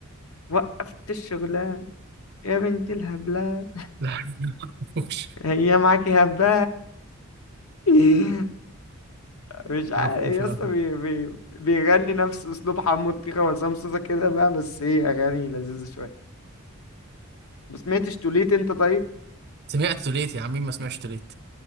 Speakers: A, on the left; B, on the right.
A: وقفت الشغلانه يا بنت الهبله
B: لا <laughs> ما اعرفوش
A: هي معاكي هبه <laughs> مش عارف
B: ما اعرفوش
A: يا
B: ما
A: اسطى
B: اعرفوش
A: بي... بي... بيغني نفس اسلوب حمو الطيخه وعصام صوصه كده بقى بس هي اغاني لذيذه شويه ما سمعتش توليت انت طيب
B: سمعت توليت يا عم مين ما سمعش توليت